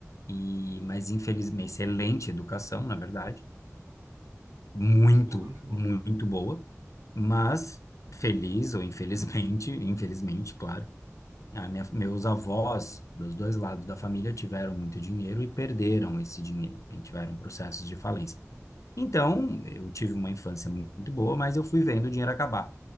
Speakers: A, on the left (about 70°); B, on the right (about 60°).
A: e, mas infelizmente, excelente educação, na verdade, muito,
B: Que bom, que bom.
A: muito boa. Mas feliz ou infelizmente, <laughs> infelizmente, claro, a minha, meus avós dos dois lados da família tiveram muito dinheiro e perderam esse dinheiro, e tiveram processos de falência. Então, eu tive uma infância muito boa, mas eu fui vendo o dinheiro acabar.